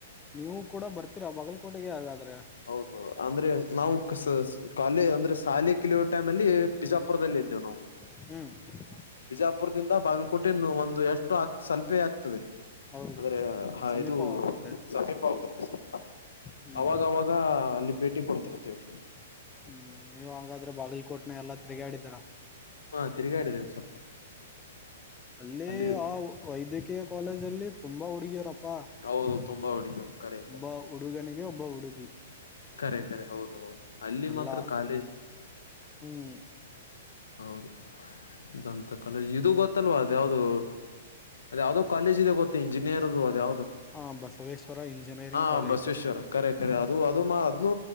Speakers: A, on the left (about 15°); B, on the left (about 75°).
A: ನೀವು ಕೂಡ ಬರ್ತೀರಾ ಬಾಗಲ್ಕೋಟೆಗೆ ಹಾಗಾದ್ರೆ-
B: ಹೌದು ಅಂದ್ರೆ ನಾವು ಕಸ ಅಲ್ಲಿಅಂದ್ರೆ ಶಾಲೆ ಕಲಿಯುವ ಟೈಮ್ ಅಲ್ಲಿ ಬಿಜಾಪುರದಲ್ಲಿ ಇದ್ದೇವು ನಾವು.
A: ಹ್ಮ್,
B: ಬಿಜಾಪುರದಿಂದ ಬಾಗಲಕೋಟೇನ್ನು ಒಂದು ಎಷ್ಟು ಆಗ್ ಸ್ವಲ್ಪೆ ಆಗ್ತದೆ ರಿ
A: ಹೌದು
B: ಅಂದ್ರೆ ಹ
A: ಸಮೀಪವಾಗುತ್ತೆ
B: ಇದು ಸಮೀಪ ಆಗುತ್ತೆ ಸ್ವಲ್ಪ.
A: ಹ್ಮ್
B: ಅವಾಗವಾಗ <unintelligible> ಬೇಟಿ ಕೊಡ್ತಿರ್ತೇವಿ.
A: ಹ್ಮ್, ನೀವ್ ಹಂಗಾದ್ರೆ ಬಾಗಲಕೋಟ್ನಾಗ ಎಲ್ಲಾ ತಿರುಗಾ ಆಡಿದರ.
B: ಹಾ, ತಿಗಾಡಿದೆೇವು ಸ್ವಲ್ಪ
A: ಅಲ್ಲೇ
B: ಅಲ್ಲಿ
A: ಆ ವೈದ್ಯಕೀಯ ಕಾಲೇಜ ಅಲ್ಲಿ ತುಂಬಾ ಹುಡುಗಿಯರಪ್ಪಾ
B: ಹೌದು ತುಂಬಾ ಹುಡಗರು ಕರೇಕ್ಟ
A: ಒಬ್ಬ ಹುಡುಗನಿಗೆ ಒಬ್ಬ ಹುಡುಗಿ
B: ಕರೆ ಕರೆ ಹೌದು ಹೌದು ಅಲ್ಲಿ
A: ಎಲ್ಲಾ
B: ಮಾತ್ರ ಕಾಲೇಜ್
A: ಹ್ಮ್,
B: ಹೌದು, ದಂತ ಕಾಲೇಜ್ ಇದು ಗೊತ್ತಲ್ವಾ ಅದ ಯಾವ್ದದು ಅದ ಯಾವ್ದೋ ಕಾಲೇಜ್ ಇದೆ ಗೊ ಮತ್ತೆ ಇಂಜಿನಿಯರದು ಅದ ಯಾವ್ದು
A: ಹ ಬಸವೇಶ್ವರ ಇಂಜಿನಿಯರಿಂಗ್
B: ಹಾ
A: ಕಾಲೇಜ್
B: 'ಬಸವೇಶ್ವರ್' ಕರೆ, ಕರೆ ಅದು, ಅದು ಮಾ ಅದ್ನು